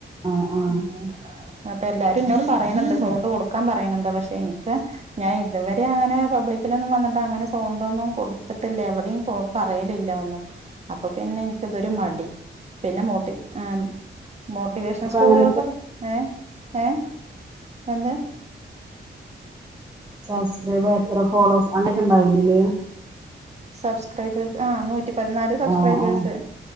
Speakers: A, on the right; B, on the right.
A: ആ ആ
B: മ് അപ്പ എല്ലാരും ഇന്നോട് പറയ്ണ് ണ്ട് സൗണ്ട് കൊടുക്കാൻ പറയിണിണ്ട് പക്ഷെ എനിക്ക് ഞാൻ ഇതുവരെ അങ്ങനെ പബ്ലിക്കിലൊന്നും വന്നിട്ട് അങ്ങനെ സൗ ണ്ടൊന്നും കൊടുത്തിട്ടില്ല എവിടെയുംപോ പറയലില്ല ഒന്നും അപ്പൊ പിന്നെ എൻക്ക് ഇതൊരു മടി പിന്നെ മോട്ടി ഏ മോട്ടിവേഷൻ
A: ഒക്കെ
B: സ്റ്റോറികൾക്കൊക്കെ
A: അങ്ങനൊക്കെ
B: ഏ ഏ എന്ത്
A: സബ്സ്ക്രൈബ് എത്ര ഫോളോസ് അങ്ങനെക്കെ ഇണ്ടാൽണ്ടെല്ലെ
B: സബ്സ്ക്രൈബേഴസ് ആ നൂറ്റി പതിനാല് സബ്സ്ക്രൈബേഴ്സ്
A: ആഹ് ആഹ്